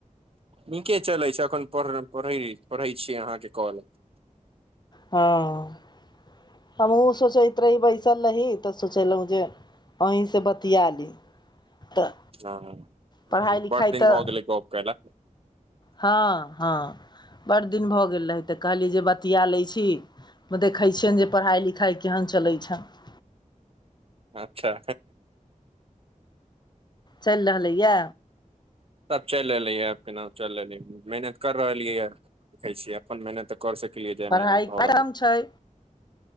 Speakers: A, on the right; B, on the left.
A: नीके चलै छै अखन पर पढ़ै पढै छीय अहाँके काॅल।
B: हँ। हमहुँ सोचैत रही बैसल रही तऽ सोचलहु जे अहीसँ बतिया ली। तऽ
A: हँ
B: पढ़ाइ लिखाइ
A: बड दिन
B: तऽ
A: भ गेलै केला।
B: हँ हँ बड़ दिन भऽ गेल रहै तऽ कहलियै जे बतिया लै छी। मे देखै छियनि जे पढ़ाइ लिखाइ केहन चलै छनि।
A: अच्छा
B: चलि रहलैया
A: सब चैल एलेय केनाहु चल एलेय मेहनत कर रहलियै यऽ देखै छीय अपन मेहनत कह सकैलए जे
B: पढ़ाइ
A: मेहनत भ
B: कम
A: रहल यै
B: छै